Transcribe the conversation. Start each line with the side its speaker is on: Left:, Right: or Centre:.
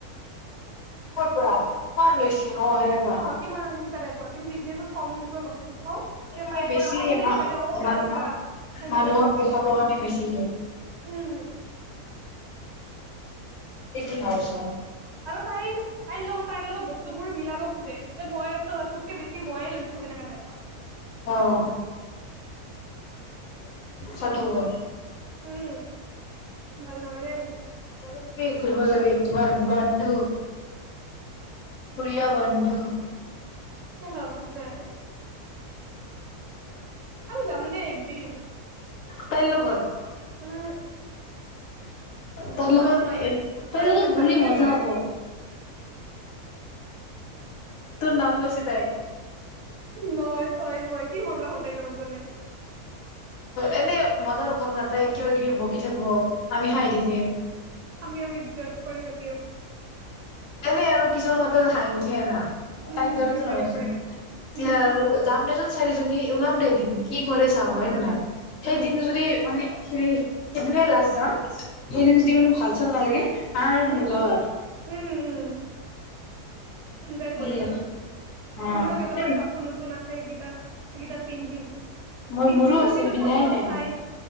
Left: তোমাৰ
Right: <unintelligible>
Left: লৈছ অ হেনেকৱা
Right: কিমান সেনেকা কিন্তু এই কম কা বস্তু কও
Left: এই মানে
Right: তাই
Left: বেছি
Right: কয় অকল সেনেকে
Left: মা
Right: কৈ দিয় অ
Left: মানুহক
Right: আচ্ছা সেনেকে
Left: মানুহক
Right: কৰি থৈ দিয়ে
Left: দেখাব কাৰণে বেছি
Right: উম।
Left: এই কি কি ভাবিছ
Right: আৰু তাই তাইৰ লগত তাইৰ লগত বস্তুবোৰ মিলাব খোজে যে মই তোতকে বেছি ময়ে লৈছো সেনেকা টাইপত
Left: অহ ছঠ বৰ
Right: উম ভাল নালাগে
Left: যাব যাবি ঘৰিব যাবি তোমাৰ বন্ধু প্ৰিয় বন্ধু
Right: হ নাই আমি যাম দে একদিন
Left: তাই লগত অ
Right: উম
Left: তোৰ লগত
Right: তই মই
Left: এ
Right: তই
Left: তোৰ লগত
Right: মই
Left: গলে
Right: গাঁঠি
Left: মজা
Right: লাগি গল
Left: হ'ব? তোৰ নাম লৈছে তাই
Right: নহ তই মই কি মজা হ তাইৰ লগত গ'লে
Left: এনে মজাৰ অভাৱ নাথায় কিবা কিবি বকি থাকো আমি হাঁহ থ দে।
Right: আমি আমি জজ কৰি থাকিম।
Left: এনে আৰু কিছুমান কথা খাই উঠ থা
Right: হম
Left: তাৰদাৰতো
Right: হম উঠে
Left: নহ
Right: উঠে উম
Left: যাম দে চাৰিজনী ওলাম দে এদিন কি হয়
Right: হম যাম
Left: ন
Right: দে
Left: ন সেই
Right: উম
Left: দিন যদি মানে <unintelligible> সেইনে
Right: উম
Left: যদি মানো ভাল চাল নালাগে আৰু
Right: উম
Left: নোলাও আৰু
Right: উম উম উম এনজয়
Left: সেয়ে।
Right: কৰিম ৰ
Left: অ',
Right: মোৰো কেইটামান
Left: এই
Right: কাপোৰ নতুন আছে সেই সেইকেইটা পিন্ধিম।
Left: মই
Right: পিন্ধিছো
Left: মোৰো আছে
Right: কিন্তু
Left: পিন্ধাই
Right: ফটো
Left: নাই।
Right: উঠাই